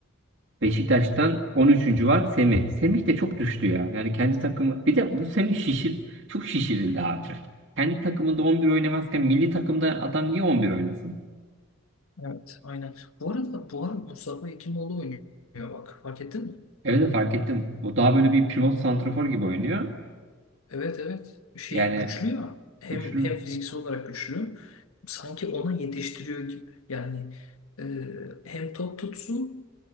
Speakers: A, on the right (about 60°); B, on the left (about 85°).
A: Beşiktaş'tan on üçüncü var Semih. Semih de çok düştü ya. Yani kendi takımı bir de bu Semih şişir çok şişirildi abi. Kendi takımında 11 oynamazken milli takımda adam niye 11 oynasın?
B: Evet, aynen. Bu arada bu arada Mustafa Ekimoğlu oynuyor bak. Fark ettin mi?
A: Evet de fark ettim. Bu daha böyle bir pivot santrafor gibi oynuyor.
B: Evet evet. Şey
A: Yani
B: güçlü ya. Hem
A: güçlü.
B: hem fiziksel olarak güçlü. Sanki onu yetiştiriyor gibi. Yani e, hem top tutsu